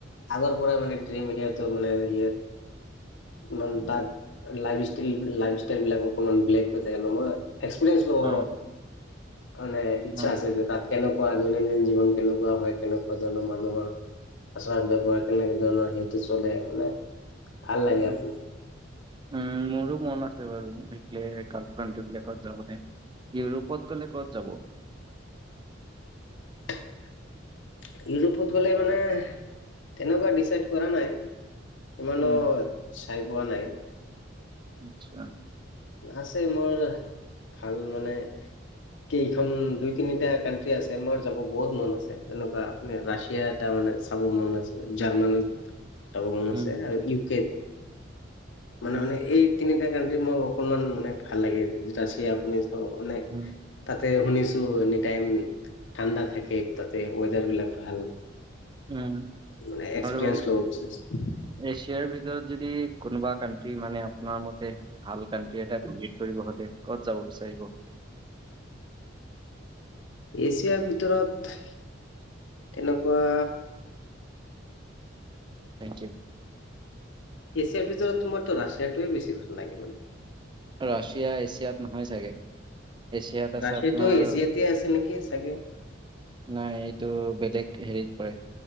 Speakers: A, on the left; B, on the right.
A: আগৰপৰা মানে ড্ৰিম সিহঁতৰ মানে ইয়া ম
B: উম
A: তাত লাইফ ষ্টাইল, লাইফ ষ্টাইলবিলাক অকমান ব্লেক হৈ থাকে নহয়? এক্সপেৰিয়েন্স ল'।
B: অ
A: মানে ইচ্ছা
B: অ
A: আছে যে তাত কেনেকুৱা দৈনন্দিন জীৱন কেনেকুৱা হয়, কেনেকুৱা ধৰণৰ মানুহৰ আচাৰ বৱহাৰ কেনেকা ধৰণৰ সেইটো চলে মানে ভাল
B: উম
A: লাগে আকি।
B: উম, মোৰো মন আছে বাৰু ইফলে ক্ৰাণ্ট কাউন্ট্ৰীবিলাকত যাবলে। ইউৰোপত গ'লে ক'ত যাব?
A: <inaudible> ইউৰোপত গ'লে মানে তেনেকুৱা ডিচাইড কৰা নাই। ইমানো
B: উম
A: চাই পোৱা নাই।
B: আচ্ছা।
A: আছে মোৰ ভাল মানে কেইখন দুই তিনিটা কানট্ৰি আছে, মোৰ যাব বহুত মন আছে তেনেকুৱা। মানে ৰাছিয়া এটা মানে চাব মন আছে, জাৰ্মানী চাব মন আছে
B: উম
A: আৰু ইউ কেত।
B: উম
A: মানে, মানে, এই তিনিটা কাানট্ৰি মোৰ অকনমান মানে ভাল লাগে, ৰাছিয়া আপুনি অ, নাই।
B: উম
A: তাতে শুনিছো এনি টাইম ঠাণ্ডা থাকে, তাতে ৱেডাৰ বিলাক ভাল।
B: উম,
A: মানে এক্সপিৰিয়েন্ঞ্চ
B: আৰু
A: ল'ব বি
B: এছিয়াৰ ভিতৰত যদি কোনোবা কাানট্ৰি মানে আপোনাৰ মতে ভাল কাণ্ট্ৰি এটা ভিজিট কৰিব হ'লে ক'ত যাব বিচাৰিব।
A: এছিয়াৰ ভিতৰত তেনেকুৱা
B: থেংক ইউ।
A: এছিয়াৰ ভিতৰত তোমাৰতটো ৰাছিয়াতোৱে বেছি ভাল লাগে মানে।
B: ৰাছিয়া এছিয়াত নহয় চাগে। এছিয়াত আছে
A: ৰাছেটো
B: আপোনাৰ
A: এজিয়াতে আছে নেকি চাগে।
B: নাই এইটো বেলেগ হেৰিত পৰে।